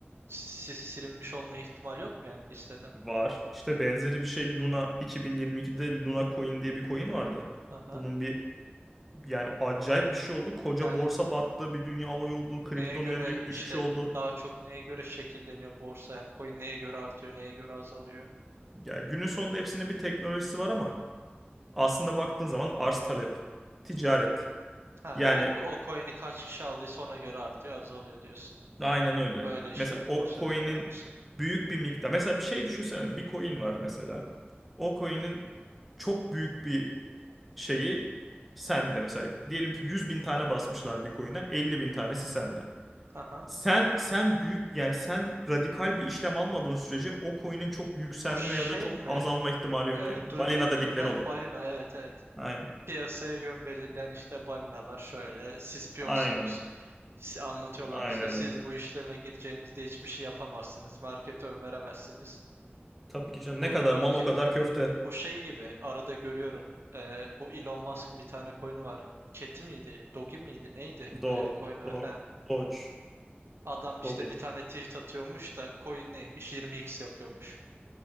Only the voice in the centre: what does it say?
var. İşte benzeri bir şey Luna 2022'de Luna Coin diye bir coin vardı.
Bunun bir Yani acayip bir şey oldu. Koca
borsa battı, bir dünya olayı oldu, kriptonun
en büyük
düşüşü oldu.
Yani günün sonunda hepsinin bir teknolojisi var ama aslında baktığın zaman arz talep, ticaret.
Yani
aynen öyle.
Mesela
o
coin'in
büyük bir miktar. Mesela bir şey düşünsene. Bir coin var mesela. O coin'in çok büyük bir şeyi sende. Mesela diyelim ki 100 bin tane basmışlar bir coin'den 50 bin tanesi sende.
Sen sen büyük yani sen radikal bir işlem almadığın sürece o coin'in çok yükselme
ya da çok
azalma ihtimali yok
yani.
Balina
dedikleri
olay.
Aynen.
Aynen.
Aynen
öyle.
Tabii ki canım.
Ne kadar
mal o kadar
köfte.
Dog.
Dog.
Doge.
Doge.